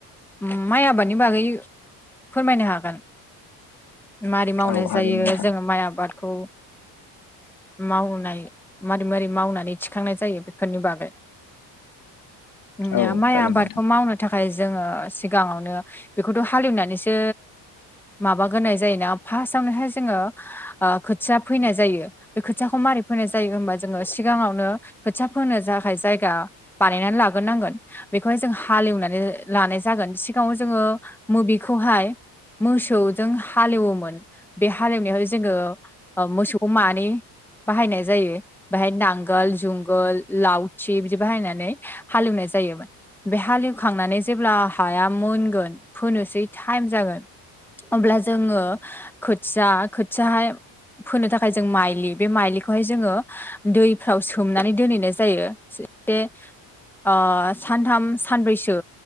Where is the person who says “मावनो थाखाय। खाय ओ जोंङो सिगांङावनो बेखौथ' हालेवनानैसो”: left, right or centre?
Centre